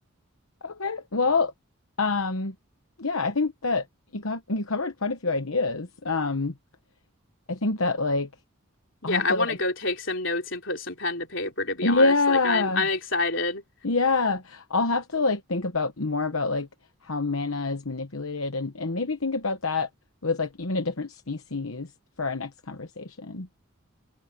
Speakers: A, on the left; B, on the left.
A: Okay. Well, um, yeah, I think that you got you covered quite a few ideas. Um, I think that like
B: yeah,
A: I'll have
B: I
A: to
B: want
A: like
B: to go take some notes and put some pen to paper to be
A: yeah.
B: honest. Like I'm I'm excited.
A: Yeah, I'll have to like think about more about like how mana is manipulated and and maybe think about that with like even a different species for our next conversation.